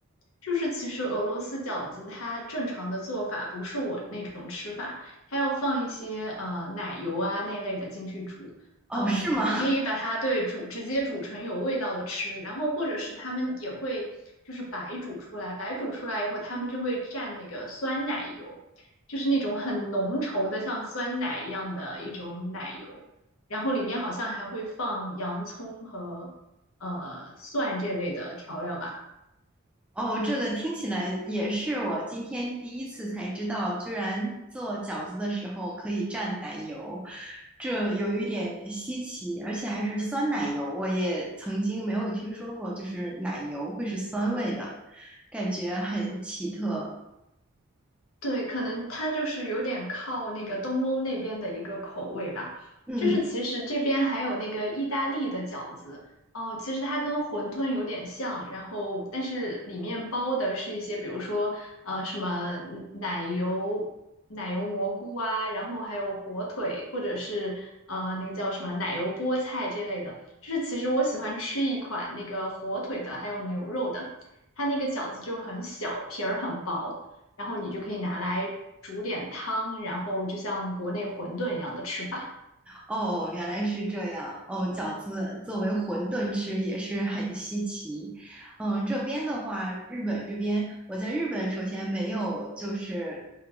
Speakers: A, on the left (about 85°); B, in the centre.
A: 就是其实俄罗斯饺子它正常的做法不是我那种吃法，它要放一些呃奶油啊那类的进去煮。
B: 哦，
A: 嗯，
B: 是吗？
A: 你可以把它对煮直接煮成有味道的吃，然后或者是他们也会就是白煮出来，白煮出来以后他们就会蘸那个酸奶油，就是那种很浓稠的像酸奶一样的一种奶油，然后里面好像还会放洋葱和呃蒜这类的调料吧。
B: 哦，这个听起来也是我今天第一次才知道，居然做饺子的时候可以蘸奶油，这有一点稀奇，而且还是酸奶油，我也曾经没有听说过，就是奶油会是酸味的，感觉很奇特。
A: 对，可能它就是有点靠那个东欧那边的一个口味吧。
B: 嗯。
A: 就是其实这边还有那个意大利的饺子哦，其实它跟馄饨有点像，然后但是里面包的是一些，比如说呃什么嗯奶油奶油蘑菇啊，然后还有火腿，或者是呃那个叫什么奶油菠菜这类的。就是其实我喜欢吃一款那个火腿的，还有牛肉的，它那个饺子就很小，皮儿很薄。然后你就可以拿来煮点汤，然后就像国内馄饨一样的吃法。
B: 哦，原来是这样。哦，饺子作为馄饨吃也是很稀奇。嗯，这边的话，日本这边，我在日本首先没有就是